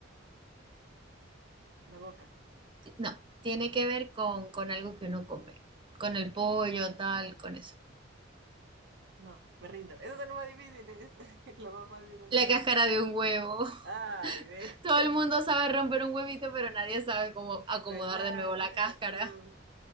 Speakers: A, on the right; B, on the right.
A: La boca.
B: Ti- No, tiene que ver con, con algo que uno come, con el pollo, tal, con eso.
A: No, me rindo. Eso es lo más difícil. Es <laughs> lo más fácil es lo
B: La
A: más
B: cáscara
A: difícil.
B: de un huevo. <laughs>
A: Ay, ve.
B: Todo
A: <laughs>
B: el mundo sabe romper un huevito, pero nadie sabe cómo acomodar
A: ¿Verdad?
B: de nuevo la
A: Tienes
B: cáscara.
A: razón.